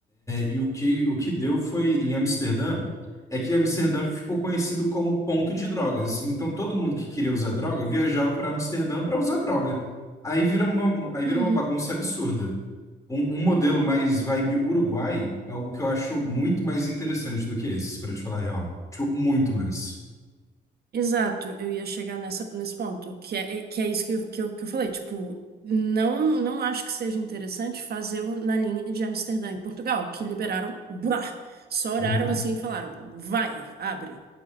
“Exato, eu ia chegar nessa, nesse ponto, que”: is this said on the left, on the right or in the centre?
Right